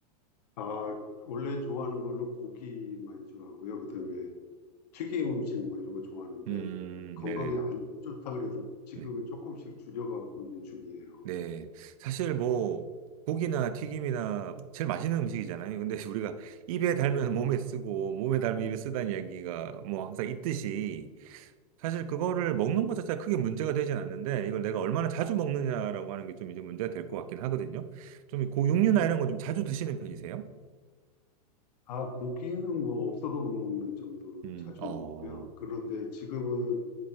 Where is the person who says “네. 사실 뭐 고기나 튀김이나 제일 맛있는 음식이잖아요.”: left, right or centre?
Right